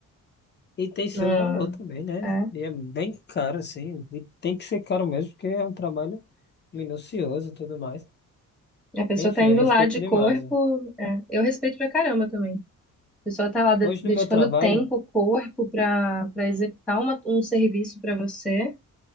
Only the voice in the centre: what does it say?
Não-
é.
A pessoa
tá indo
lá de
corpo.
é. Eu respeito pra caramba também. A pessoa está lá de-
dedicando
tempo, corpo para para executar uma- um serviço para você.